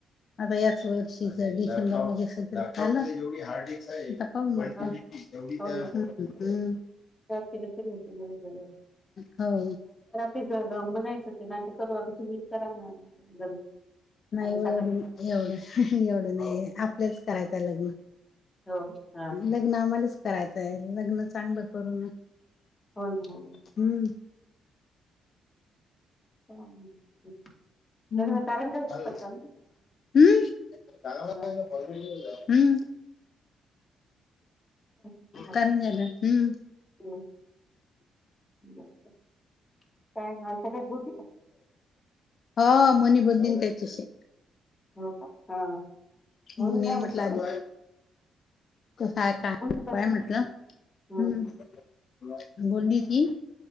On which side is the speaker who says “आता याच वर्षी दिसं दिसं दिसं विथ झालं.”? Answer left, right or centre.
Left